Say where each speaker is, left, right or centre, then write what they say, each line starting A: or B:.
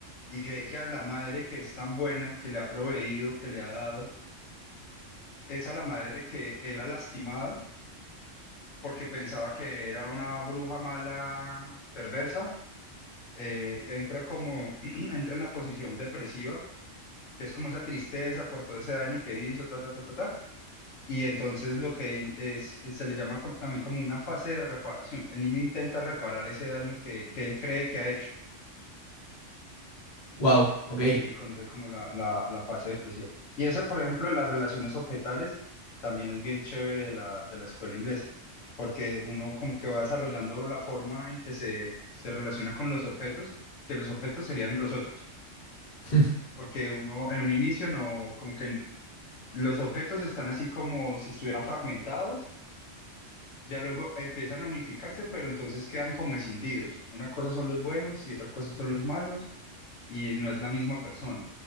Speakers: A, on the left (about 75°); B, on the left (about 40°).
A: y ve que a la madre que es tan buena, que le ha proveído, que le ha dado, es a la madre que él ha lastimado porque pensaba que era una bruja mala, perversa, eh, entra como, <clears throat> entra en la posición depresiva, que es como esa tristeza por todo ese daño que hizo, ta, ta, ta, ta, ta. Y entonces lo que es, es- se le llama como- también como una fase de reparación. El niño intenta reparar ese daño que, que él cree que ha hecho.
B: Wow, ok.
A: y se le conoce como la, la, la fase depresiva. Y ese por ejemplo, de las relaciones objetales, también es bien chévere de la, de la escuela inglesa, porque uno como que va desarrollando la forma en que se, se relaciona con los objetos, que los objetos serían los otros,
B: <laughs>
A: porque uno en un inicio no, como que en- los objetos están así como si estuvieran fragmentados, ya luego empiezan a unificarse, pero entonces quedan como escindidos. Una cosa son los buenos y otra cosa son los malos y no es la misma persona.